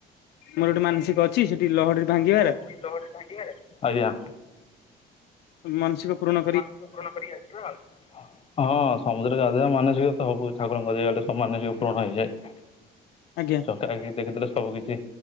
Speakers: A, on the left (about 75°); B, on the left (about 35°).
A: ମୋର ଗୋଟେ ମାନସିକ ଅଛି ସେଠି ଲହଢି ଭାଙ୍ଗିବାର।
B: ଲହଢି ଭାଙ୍ଗିବେ? ଆଜ୍ଞା।
A: ମାନସିକ ପୁରଣ
B: ମାନସିକ ପୁରଣ କରି ଆସିବା ଆଉ ହଁ ସମୁଦ୍ର ଗାଧେଇବା ମାନସିକ ହବୁ ଇଛା କଣ ଯିଆଡେ ସମାନ ଜିଓ ପୂରଣ ହେଇଯାଏ।
A: ଆଜ୍ଞା।
B: କାହିକି ଦେଖିଥିଲେ ସବୁ କିଛି